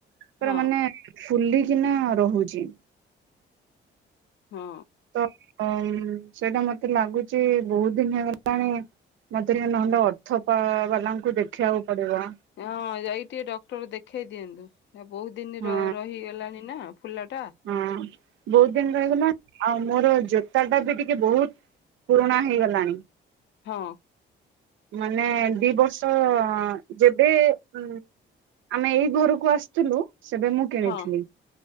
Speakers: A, on the right; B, on the left.
A: ପୁରା
B: ହଁ
A: ମାନେ ଫୁଲିକିନା ରହୁଚି।
B: ହଁ।
A: ତ ଉଁ ସେଇଟା ମତେ ଲାଗୁଛି ବହୁତ ଦିନ ହେଇଗଲାଣି ମତେ ନହେଲେ ଅର୍ଥ ପା ବାଲାଙ୍କୁ ଦେଖିଆକୁ ପଡିବ।
B: ହଁ ଯାଇ ଟିକେ ଡକ୍ଟର ଦେଖେଇ ଦିଅନ୍ତୁ ଆ ବହୁତ ଦିନ
A: ହଁ
B: ର ରହିଗଲାଣି ନା। ଫୁଲାଟା।
A: ହଁ ବହୁତ ଦିନ ରହିଗଲା। ଆଉ ମୋର ଜୋତା ଟା ବି ଟିକେ ବହୁତ ପୁରୁଣା ହେଇଗଲାଣି।
B: ହଁ।
A: ମାନେ ଦି ବର୍ଷ ଯେବେ ଉଁ ଆମେ ଏଇ ଘରକୁ ଆସିଥିଲୁ ସେବେ ମୁଁ କିଣିଥିଲି।
B: ହଁ